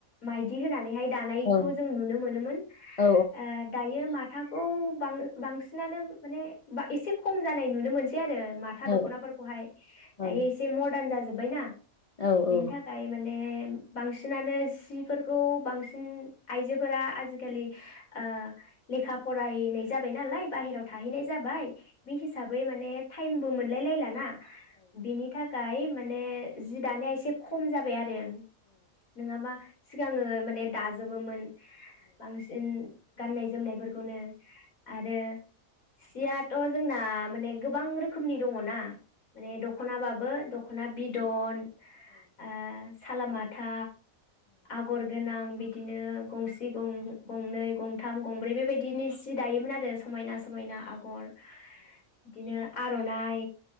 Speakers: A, on the left; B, on the left.
A: मायदि होनानैहाय दानायखौ
B: औ
A: जों नुनो मोनोमोन
B: औ
A: ओ दायो माथाखौ बां बांसिनानो माने एसे खम जानाय नुनो मोनसै आरो माथा
B: औ
A: दखनाफोरखौहाय
B: औ
A: दायो एसे मदार्न जाबायना
B: औ
A: बेनो थाखाय माने माने बांसिनानो सिफोरखौ बांसिन आइजोफोरा आजिखालि ओ लेखा फरायनाय जाबाय नालाय बाहेरायाव थाहैनाय जाबाय बे हिसाबै माने टाइमबो मोनलायलायला ना बिनि थाखाय माने जि दानाया एसे खम जाबाय आरो नङाबा सिगाङो माने दाजोबोमोन बांसिन गाननाय जोमनायफोरखौनो आरो सियाथ' जोंना माने गोबां रोखोमनि दङ ना माने दख'नाबो दख दख'ना बिदन ओ साला माथा आगर गोनां बिदिनो गंसे गंनै गंथाम गंब्रै बेबायदिनो सि दायोमोन आरो समायना समायना आगर बिदिनो आर'नाइ